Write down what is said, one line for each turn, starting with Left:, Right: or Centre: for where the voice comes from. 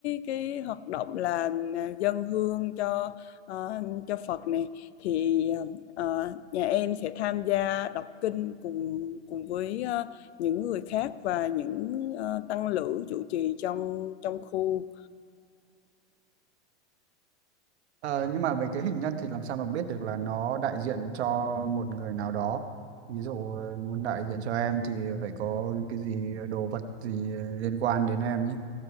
Left: cái hoạt động là ờ, dâng hương cho ờ, cho Phật này thì ờ, nhà em sẽ tham gia đọc kinh cùng cùng với ờ, những người khác và những ờ, tăng lữ trụ trì trong trong khu
Right: Ờ, nhưng mà về cái hình nhân thì làm sao mà biết được là nó đại diện cho một người nào đó ví dụ ờ, muốn đại diện cho em thì phải có cái gì đồ vật gì liên quan đến em nhé